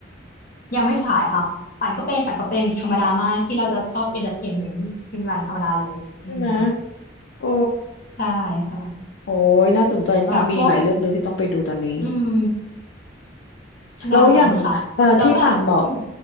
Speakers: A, on the left; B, on the left.
A: ยังไม่สายค่ะ ปั่นก็เป็นปั่นก็เป็นธรรมดามากที่เราจะชอบ e n นเตอร์เทนเมน์ทีมิลนธรรมดาเลยอืม
B: <laughs> ใช่ไหมโอ้
A: ใช่ค่ะ
B: โอ้ยน่าสนใจมากมีหลายเรื่องเลยที่ต้องไปดูตอนนี้
A: แบบพวกอืมได้ค่ะแล้วแบบอืม
B: แล้วอย่างเอ่อที่ป่านบอก